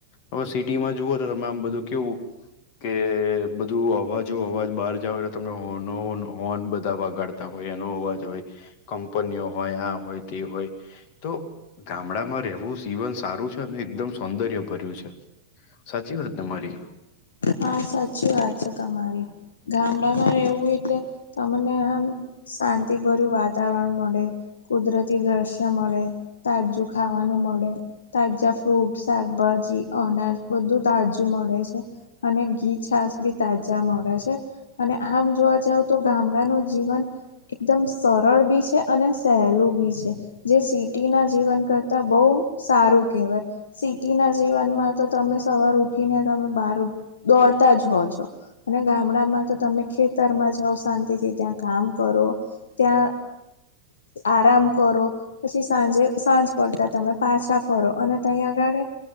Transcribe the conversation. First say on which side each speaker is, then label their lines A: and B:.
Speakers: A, on the left; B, on the left.
A: હવે સિટીમાં જુઓ તો તમે આમ બધું કેવું. કે બધું અવાજો અવાજ બહાર જાવ એટલે તમને હોર્ન હોન બધા વાગાડ. તા હોય એનો અવાજ હોય કંપનીઓ હોય આ હોય તે હોય. તો ગામડામાં રહેવું જીવન સારું છે અને એકદમ સૌંદર્ય ભર્યું છે. સાચી વાત ને મારી
B: હા સાચી વાત છે તમારી ગામડા માં રહેવું એટલે. તમને આમ શાંતિભર્યું વાતાવરણ મળે. કુદરતી દ્રશ્ય મળે તાજું ખાવાનું મળે. તાજા ફ્રૂટ શાકભાજી અનાજ બધું તાજું મળે છે. અને ઘી છાસ બી તાજા મળે છે. અને આમ જોવા જાવ તો ગામડાનું જીવન. એકદમ સરળ બી છે અને સહેલું બી છે. જે સિટી ના જીવન કરતા બહુ સારું કહેવાય. સિટીના જીવનમાં તો તમે સવાર ઉઠીને તમે બહાર દોડતા જ હો છો અને ગામડામાં તો તમે ખેતરમાં જાઓ શાંતિથી ત્યાં કામ કરો. ત્યાં આરામ કરો. પછી સાંજે સાંજ પડતા તમે પાછા ફરો અને તએ આગળ એ.